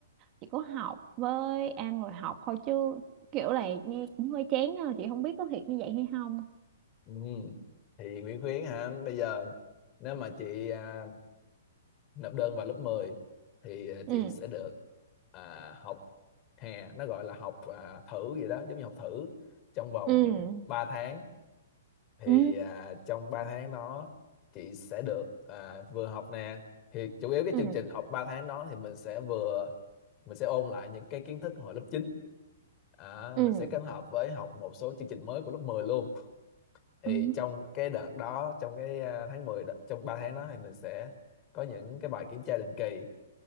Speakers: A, on the right (about 35°); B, on the left (about 30°).
A: chỉ có học với ăn rồi học thôi chứ kiểu là nghe cũng hơi chán nha, chị không biết có thiệt như vậy hay không.
B: ừ. thì Nguyễn Khuyến hả bây giờ nếu mà chị à, nộp đơn vào lớp 10 thì à,
A: Ừ.
B: chị sẽ được à, học hè nó gọi là học à, thử vậy đó giống như học thử trong vòng
A: Ừ.
B: 3 tháng thì
A: Ừ.
B: à, trong 3 tháng đó chị sẽ được à, vừa học nè thì chủ yếu cái
A: Ừ.
B: chương trình học 3 tháng đó thì mình sẽ vừa mình sẽ ôn lại những cái kiến thức hồi lớp chín À,
A: Ừ.
B: mình sẽ kết hợp với học một số chương trình mới của lớp 10 luôn. Thì
A: Ừ.
B: trong cái đợt đó, trong cái à, tháng mười đó- trong 3 tháng đó thì mình sẽ có những cái bài kiểm tra định kỳ